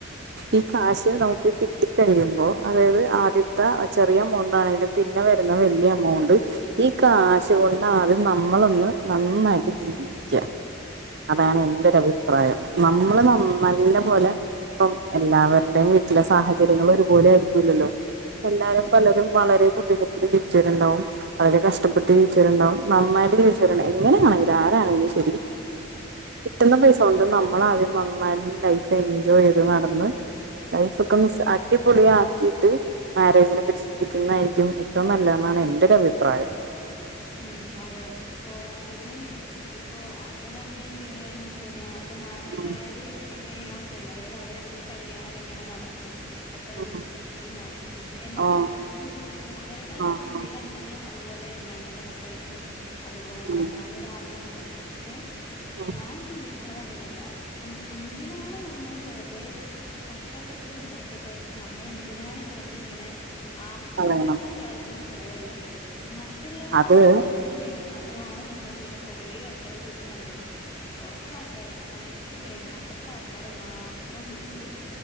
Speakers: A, on the right (about 60°); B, on the left (about 25°).
A: ഈ കാശ് നമുക്ക് കിട്ടിക്കഴിയുമ്പോ അതായത് ആദ്യത്തെ ചെറിയ എമൗണ്ടാണെലും പിന്നെവരുന്ന വലിയഎമൗണ്ട് ഈ കാശ്കൊണ്ടാദ്യം നമ്മളൊന്ന് നന്നായിട്ട് ജീവിക്ക. അതാണ് എന്റൊരഭിപ്രായം. നമ്മള് ന നല്ലപോലെ പ്പം എല്ലാവരുടെയും വീട്ടിലെ സാഹചര്യങ്ങള് ഒരുപോലെ ആയിരിക്കൂലല്ലോ
B: അല്ല
A: എല്ലാരും പലരും വളരെ ബുദ്ധിമുട്ട് ജീവിച്ചവരുണ്ടാവും വളരെ കഷ്ടപ്പെട്ട് ജീവിച്ചവരുണ്ടാവും നന്നായിട്ട് ജീവിച്ചവരുണ്ടാവും എങ്ങനെയാണെലും ആരാണെലും ശരി കിട്ടുന്ന പൈസ കൊണ്ട് നമ്മളാദ്യം നന്നായിട്ട് ലൈഫ് എൻജോയ് ചെയ്ത് നട അന്ന് ലൈഫൊക്കൊ ന്ന് സ് അടി പൊളിയാക്കിയിട്ട് മാരേജിനെ പറ്റി ചിന്തിക്കുന്നതായിരിക്കും ഏറ്റവും നല്ലത് എന്നാണ് എന്റെ ഒരു അഭിപ്രായം
B: ഉം അതെ പോരാത്തതിന് ഇപ്പൊ അപ്പനും അമ്മയൊക്കെ എങ്ങനെയാന്ന് വെച്ച് കഴിഞ്ഞാ ഇപ്പൊ നാട്ടുകാര്
A: ഉം
B: എങ്ങനെയാണോ ചെയ്യണത് അതായത് അവരൊക്കെ കല്യാണം എങ്ങനെ നടത്തി എത്ര
A: ഉം
B: വല്യ രീതിയിൽ നടത്തി എന്നൊക്കെ
A: ഓ
B: അവർക്ക് ഒരു അവരുടെ
A: ആ
B: ചിന്തയിലങ്ങനെ
A: ആ
B: അതുപോലെ ഞങ്ങൾ ടെ മക്കൾക്കും അതുപോലെ നടത്തണം
A: ഉം
B: ന്നൊരാഗ്രഹം ണ്ടാവും പക്ഷെ
A: ഉം
B: ഞാൻ ചിന്തിക്കണ ണതങ്ങനെയല്ല എ എന്തിനാണ് നമ്മള് വെറുതെ കഷ്ടപ്പെട്ട്ണ്ടാക്കി പൈസ നമ്മൾ എന്തിനാണ് വെറുതെ ഇങ്ങനെ ആവശ്യമില്ലാത്തൊരു
A: കളയണം
B: കാര്യത്തിന് ചെലവഴിക്കേണ്ടത് മറ്റുള്ളവരു
A: അത്
B: സന്തോഷത്തിന് വേണ്ടി മാത്രമാണ് നമ്മള്ങ്ങനെ കൊറേ ആൾക്കാരെ വിളിച്ചു നടുത്തുന്നത് കൊ ച്ച്ആൾക്ക രെ നമുക്ക് വേണ്ടപ്പെട്ട ആൾക്കാരെ മാത്ര മാത്രം വിളിച്ച്